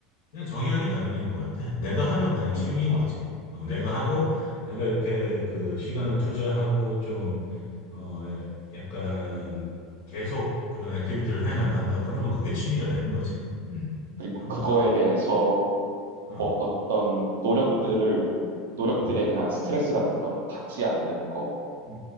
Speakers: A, on the left (about 65°); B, on the right (about 85°).
A: 그냥 정의하기
B: 음,
A: 나름인 것 같아. 내가 하면 그냥
B: 그러니까.
A: 취미인 거지. 어, 내가 하고,
B: 음,
A: 내가 이렇게
B: 음,
A: 그 시간을 투자하고 좀, 어,
B: 음,
A: 예, 약간
B: 음,
A: 계속 그런 액티비티를 해 나간다.
B: 음.
A: 그러면 그게 취미가 되는 거지. 음,
B: 그리고
A: 그런
B: 그거에
A: 것 같아.
B: 대해서
A: 어,
B: 뭐 어떤 노력들을,
A: 음,
B: 노력들에
A: 음,
B: 대한 스트레스 같은 거를 받지 않는 거.
A: 음,